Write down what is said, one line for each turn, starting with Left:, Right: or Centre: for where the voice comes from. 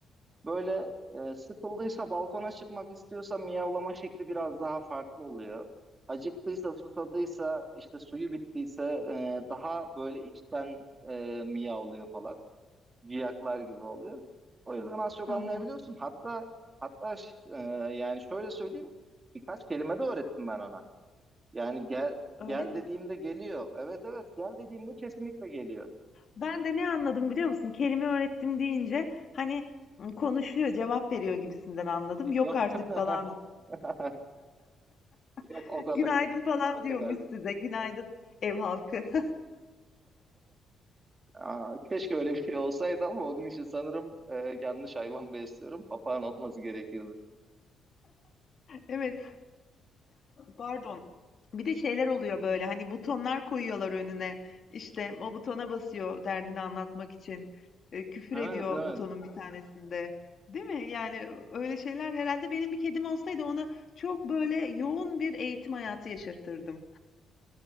Right: böyle e, sıkıldıysa balkona çıkmak istiyorsa miyavlama şekli biraz daha farklı oluyor. Acıktıysa, susadıysa, işte suyu bittiyse e, daha böyle içten e, miyavlıyor falan. ciyaklar gibi oluyor. O yüzden az çok
Left: Hı
Right: anlayabiliyorsun.
Left: hı.
Right: Hatta hatta ş- e, yani şöyle söyleyeyim birkaç kelime de öğrettim ben ona. Yani gel
Left: Öyle
Right: gel
Left: mi?
Right: dediğimde geliyor. Evet evet gel dediğimde kesinlikle geliyor.
Left: Ben de ne anladım biliyor musun? Kelime öğrettim deyince hani konuşuyor, cevap veriyor gibisinden anladım.
Right: Yok
Left: Yok artık falan.
Right: <laughs> yok
Left: <laughs>
Right: o kadar
Left: Günaydın falan
Right: o kadardı.
Left: diyormuş size. Günaydın ev halkı. <laughs>
Right: Aa, keşke öyle bir şey olsaydı ama onun için sanırım e, yanlış hayvan besliyorum. Papağan olması gerekirdi.
Left: Evet, pardon. Bir de şeyler oluyor böyle hani butonlar koyuyorlar önüne. İşte o butona basıyor derdini anlatmak için. E, küfür
Right: Evet
Left: ediyor
Right: evet.
Left: butonun bir tanesinde. Değil mi? Yani öyle şeyler herhalde benim bir kedim olsaydı ona çok böyle yoğun bir eğitim hayatı yaşatırdım.